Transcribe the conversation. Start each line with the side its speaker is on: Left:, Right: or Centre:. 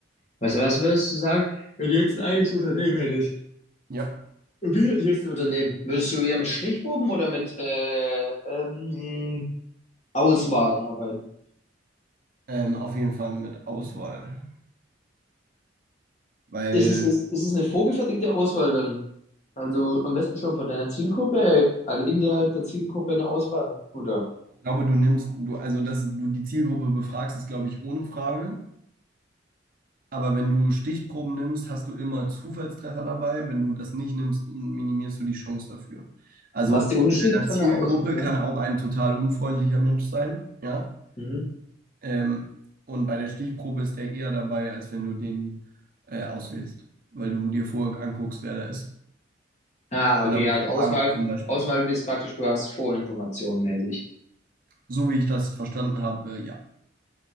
Left: Weißt du, was würdest du sagen, wenn du jetzt ein eigenes Unternehmen hättest?
Right: Ja.
Left: Wie lässt ein Unternehmen? Würdest du eher mit Strichproben oder mit äh, ähm, Auswahlen arbeiten?
Right: Ähm, auf jeden Fall mit Auswahl. Weil
Left: Ist es, ist, ist es eine vorgefertigte Auswahl dann? Also am besten schon von deiner Zielgruppe, also innerhalb der Zielgruppe eine Auswahl, oder?
Right: ich glaube, du nimmst, du, also dass du die Zielgruppe befragst, ist, glaube ich, ohne Frage. Aber wenn du Stichproben nimmst, hast du immer Zufallstreffer dabei. Wenn du das nicht nimmst, minimierst du die Chance dafür. Also
Left: Was ist der Unterschied
Right: in deiner
Left: von
Right: Zielgruppe
Left: der Aus? Ja.
Right: kann auch ein total unfreundlicher Mensch sein, ja.
Left: Mhm.
Right: Ähm, und bei der Stichprobe ist der eher dabei, als wenn du den äh, auswählst, weil du dir vorher anguckst, wer da ist.
Left: Ah,
Right: In
Left: okay,
Right: der Befragung
Left: also Auswahl,
Right: zum Beispiel.
Left: Auswahl ist praktisch, du hast Vorinformationen mäßig.
Right: So wie ich das verstanden habe, äh, ja.